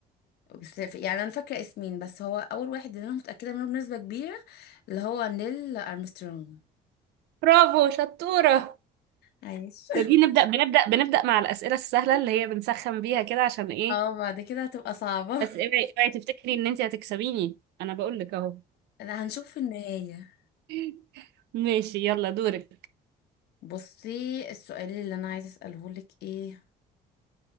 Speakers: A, on the left (about 75°); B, on the right (about 85°).
A: بس ف- يعني انا فاكره اسمين بس هو اول واحد اللي انا متاكده منه بنسبه كبيره اللي هو نيل ارمسترونج
B: برافو شطورة
A: عايش
B: ده دي نبدأ بنبدأ بنبدأ مع الأسئلة السهلة اللي هي بنسخن بيها كده عشان
A: <laughs>
B: ايه
A: اه بعد كده هتبقى صعبه
B: بس اوعي اوعي تفتكري ان انت هتكسبيني انا بقول لك اهو
A: لا، هنشوف في النهايه
B: <laughs> ماشي يلا دورك
A: بصي السؤال اللي انا عايزه اساله لك ايه